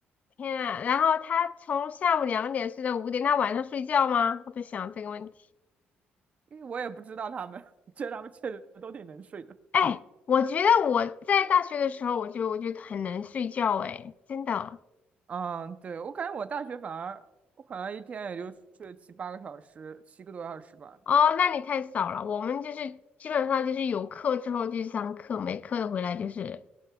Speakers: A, on the left; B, on the right.
A: 天啊！然后他从下午两点睡到五点，他晚上睡觉吗？我在想这个问题。
B: 因为我也不知道他们，<laughs> 觉得他们确实都挺能睡的。
A: 哎，我觉得我在大学的时候，我就我就很能睡觉，哎，真的。
B: 嗯，对，我感觉我大学反而我可能一天也就睡七八个小时，七个多小时吧。
A: 哦，那你太少了。我们就是基本上就是有课之后就去上课，没课的回来就是